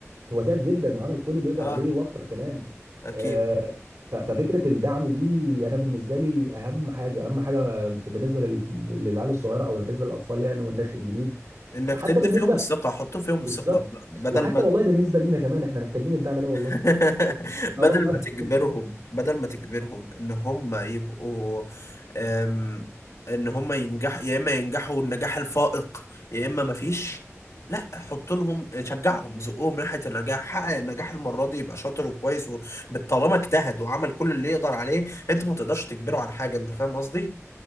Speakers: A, on the right; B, on the left.
A: هو تعب جدا وعمل كل اللي يقدر
B: اه
A: عليه واكتر كمان
B: اكيد
A: آه، ف- ففكره الدعم دي انا بالنسبه لي اهم حاجه اهم حاجه في- بالنسبه لل- للعيال الصغيره او بالنسبه للاطفال يعني والنشء الجديد
B: انك
A: حتى
B: تدي
A: بالنسبه
B: فيهم الثقه حط فيهم الثقه
A: بالظبط
B: ب- بدل
A: وحتى
B: ما
A: والله بالنسبه لينا كمان احنا محتاجين الدعم ده والله
B: <laughs> بدل
A: اه والله
B: ما تجبرهم بدل ما تجبرهم ان هم يبقوا أم، ان هم ينجحوا يا اما ينجحوا النجاح الفائق يا اما مفيش لا حط لهم شجعهم زقهم ناحيه النجاح حقق النجاح المره دي يبقى شاطر وكويس و- طالما اجتهد وعمل كل اللي يقدر عليه انت ما تقدرش تجبره على حاجه انت فاهم قصدي؟